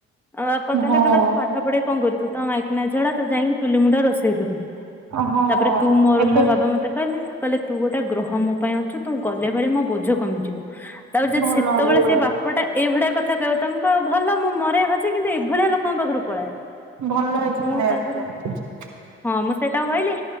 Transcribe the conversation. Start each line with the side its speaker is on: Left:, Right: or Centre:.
Centre: ଆଉ ବାପା କହିଲା
Right: ହଁ।
Centre: କହିଲା ତୁ ପାଠ ପଢିକି କଣ କରିବୁ ତୁ ତ ମାଇକିନା ଝିଅଟା ତୁ ଯାଇକି ଚୁଲି ମୁଣ୍ଡରେ ରୋଷେଇ କରିବୁ
Right: ହଁ
Centre: ତାପରେ ତୁ ମୋର
Right: ଏବେ
Centre: ମୋ ବାବା ମତେ କହିଲା କହିଲେ ତୁ ଗୋଟେ ଗ୍ରହ ମୋ ପାଇଁ ଅଛୁ ତୁ ଗଲେ ଭାରି ମୋ ବୋଝ କମିଯିବ। ତାପରେ ଯଦି
Right: ଭଲ
Centre: ସେତେବେଳେ
Right: ହେଲା ପଳେଇ
Centre: ସେଇ
Right: ଆସି
Centre: ବାପଟା ଏଇଭଳିଆ କଥା କହିବ ତମ କହ ଭଲ ମୁଁ ମ ହଛି କିନ୍ତୁ ଏଭଳିଆ ଲୋକଙ୍କ ପାଖରୁ ପଳାଏ।
Right: ଭଲ ହେଇଛି
Centre: ମୁଁ
Right: ପଳେଇ
Centre: ତାପରେ
Right: ଆସିଛୁ।
Centre: ହଁ ମୁଁ ସେଇଟାକୁ କହିଲି